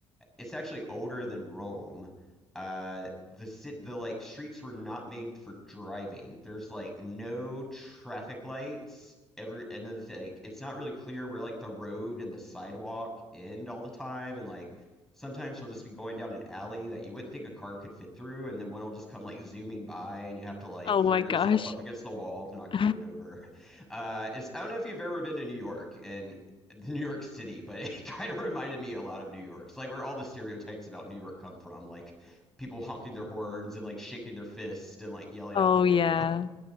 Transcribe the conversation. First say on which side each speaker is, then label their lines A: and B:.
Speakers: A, in the centre; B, on the left.
A: it's actually older than Rome. Uh, the sit the like streets were not made for driving. There's like no traffic lights. Every and it's like it's not really clear where like the road and the sidewalk end all the time. And like sometimes you'll just be going down an alley that you wouldn't think a car could fit through, and then one will just come like zooming by, and you have to like
B: Oh
A: throw
B: my
A: yourself
B: gosh.
A: up against the wall to
B: <laughs>
A: not get run over. <laughs> Uh, it's I don't know if you've ever been to New York, and the New York City, but <laughs> it kind of reminded me a lot of New York. It's like where all the stereotypes about New York come from, like people honking their horns and like shaking their fists and like yelling
B: Oh
A: out the window.
B: yeah.